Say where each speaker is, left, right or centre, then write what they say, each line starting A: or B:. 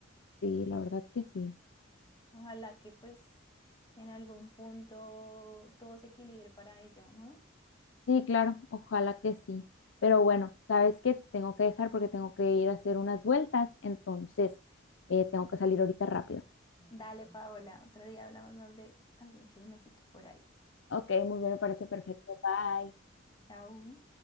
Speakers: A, on the left; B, on the left.
A: Sí, la verdad que sí.
B: Ojalá que pues en algún punto todo se equilibre para ella, ¿no?
A: Sí, claro, ojalá que sí. Pero bueno, sabes que tengo que dejar porque tengo que ir a hacer unas vueltas, entonces eh, tengo que salir ahorita rápido.
B: Dale, Paola, otro día hablamos más de algún chismecito por ahí.
A: Ok, muy bien, me parece perfecto. Bye.
B: Chao.